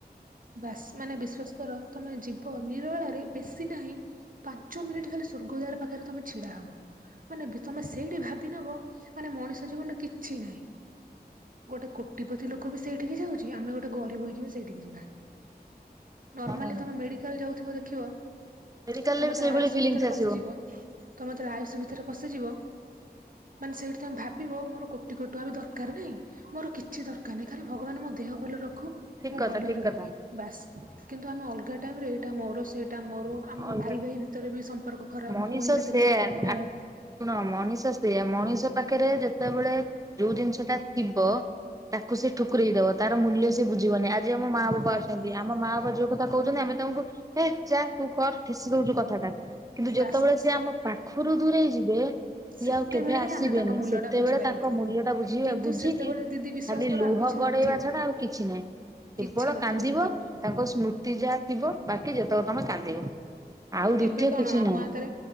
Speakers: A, on the right; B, on the right.
A: ବାସ୍ ମାନେ ବିଶ୍ଵାସ କର, ତମେ ଜୀବ ନିରୋଳାରେ ବେଶୀ ନାହିଁ ପାଞ୍ଚ ମିନିଟ୍ ଖାଲି ସ୍ୱର୍ଗଦ୍ୱାର ପାଖରେ ତମେ ଛିଡା ହବ ମାନେ ତମେ ସେଇଠି ଭାବି ନବ ମାନେ ମଣିଷ ଜୀବନରେ କିଛି ନାହିଁ। ଗୋଟେ କୋଟିପତି ଲୋକ ବି ସେଇଠିକି ଯାଉଚି। ଆମେ ଗୋଟେ ଗରିବ ହେଇକି ବି ସେଇଠିକି ଯିବା। ନର୍ମାଲି
B: ହଁ
A: ତୁମେ ମେଡ଼ିକାଲ ଯାଉଥିବ ଦେଖିବ
B: ମେଡିକାଲରେ
A: ତୁମେ
B: ବି
A: ଯେତେବେଳେ
B: ସେଇଭଳି
A: ଆୟୁଷ
B: ଫିଲିଙ୍ଗସ୍
A: ଭିତରେ
B: ଆସିବ
A: ପଶିଯିବ। ତମେ ଯେତେବେଳେ ଆୟୁସୁ ଭିତରେ ପଶିଯିବ ମାନେ ସେଇଠି ତମେ ଭାବିବ ମୋର କୋଟି କୋଟି ଟଙ୍କା ବି ଦର କାର ନାଇଁ ମୋର କିଛି ଦରକାର ନାହିଁ ଖାଲି ଭଗବାନ ମୋ ଦେହ ଭଲ ରଖୁ
B: ଠିକ
A: ମୁଁ
B: କଥା
A: ଭଲରେ
B: ଠିକ କଥା
A: ରୁହେ। ବାସ୍ କିନ୍ତୁ ଆମେ ଅଲଗା ଟାଇମ୍ ରେ ଏଇଟା ମୋର ସେଇଟା ମୋର ଆମ
B: ଅଲଗା
A: ଭାଇ ଭାଇ ଭିତରେ ବି ସମ୍ପର୍କ ଖରାପ
B: ମଣିଷ
A: ଭଉଣୀ ଭିତରେ
B: ସେୟା
A: ସମ୍ପର୍କ ଖରାପ୍।
B: ଶୁଣ ମଣିଷ ସେୟା ମଣିଷ ପାଖରେ ଯେତେବେଳେ ଯୋଉ ଜିନିଷ ଟା ଥିବ। ତାକୁ ସେ ଠୁକୁରେଇ ଦବ ତାର ମୂଲ୍ୟ ସେ ବୁଝିବନି ଆ। ଆଜି ଆମ ମା ବାପା
A: ହଁ
B: ଅଛନ୍ତି ଆମ ମା ବାପା ଯୋଉ କଥା କହୁଛନ୍ତି ଆମେ ତାଙ୍କୁ ହେ ଯା ତୁ କର ଠେସି ଦଉଛୁ କଥାଟା କିନ୍ତୁ ଯେତେବେଳେ
A: ବାସ୍ ବାସ୍
B: ସେ ଆମ ପାଖରୁ ଦୂରେଇ ଯିବେ ସିଏ
A: ସେତେବେଳେ
B: ଆଉ କେବେ ଆସିବେନି
A: ହିଁ ଆମେ ତାଙ୍କ ମୂଲ୍ୟ
B: ସେତେବେଳେ
A: ଟା ବୁଝିପାରିବା
B: ତାଙ୍କ ମୂଲ୍ୟ ଟା ବୁଝବା
A: କିନ୍ତୁ
B: ବୁଝିକି
A: ସେତେବେଳେ ଦିଦି ବିଶ୍ଵାସ
B: ଖାଲି
A: କର
B: ଲୁହ
A: ଆଉ କିଛି
B: ଗଡେଇବା
A: ନଥିବ
B: ଛଡା ଆଉ କିଛି ନାହିଁ।
A: କିଛି
B: କେବଳ
A: ନଥିବ
B: କାନ୍ଦିବ
A: ସେତେବେଳକୁ
B: ତାଙ୍କ ସ୍ମୃତି ସ୍ମୃତି ଯାହା ଥିବ ବାକି ଯେତେବେଳେ ତମେ କାନ୍ଦିବ। ଆଉ ଦ୍ଵିତୀୟ
A: ଏବେ କଣ
B: କିଛି
A: ଆମ
B: ନାହିଁ।
A: ହାତରେ